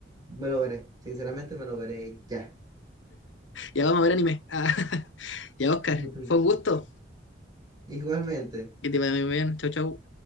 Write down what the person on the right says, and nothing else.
me lo veré, sinceramente me lo veré ya.
<laughs>
Igualmente,